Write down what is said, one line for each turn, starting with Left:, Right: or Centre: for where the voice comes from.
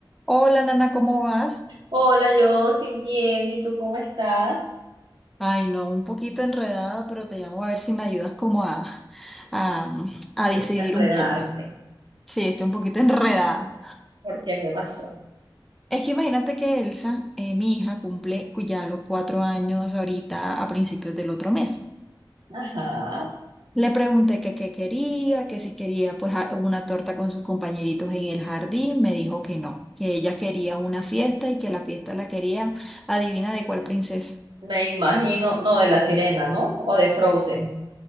Centre: Hola, Nana, ¿cómo vas?
Right: Hola, yo sí bien, ¿y tú cómo estás?
Centre: Ay, no, un poquito enredada, pero te llamo a ver si me ayudas como a, a, a decidir
Right: de enredarte.
Centre: un poco. Sí, estoy un poquito <laughs> enredada.
Right: ¿Por qué? ¿Qué pasó?
Centre: Es que imagínate que Elsa, eh, mi hija, cumple ya los cuatro años ahorita a principios del otro mes.
Right: Ajá,
Centre: Le pregunté que qué quería, que si quería pues a- una torta con sus compañeritos en el jardín. Me dijo que no, que ella quería una fiesta y que la fiesta la quería, adivina de cuál princesa.
Right: me imagino, no, de La Sirena, ¿no? O de Frozen.